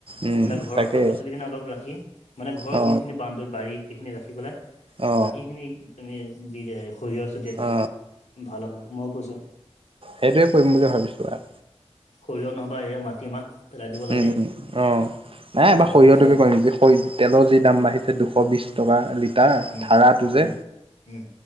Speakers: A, on the right; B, on the left.
A: উম
B: মানে ঘৰৰ
A: তাকে
B: শাক পাচলিখিনি অলপ ৰাখি, মানে ঘৰৰ
A: অ
B: যোনখিনি বান য'ত বাৰীত সেইখিনি ৰাখি পেলাই
A: অ
B: বাকীখিনি তুমি দি দিয়া, এই সৰিয়হ ছটিয়াই দিয়া
A: অ
B: ভাল হ'ব মই কৈছোঁ।
A: সেইটোয়ে কৰিম বুলি ভাবিছোঁ আৰু।
B: সৰিয়হ নহবা এইয়া মাটিমাহ পেলাই দিব লাগে
A: উম, অ', নাই
B: এই
A: এইবাৰ
B: ভাল
A: সৰিয়হটোকে
B: চেল
A: কৰিম যি <unintelligible> তেলৰ যি দাম বাঢ়িছে, দুশ বিশ টকা লিটাৰ
B: উম
A: ধাৰাটো যে।
B: উম উম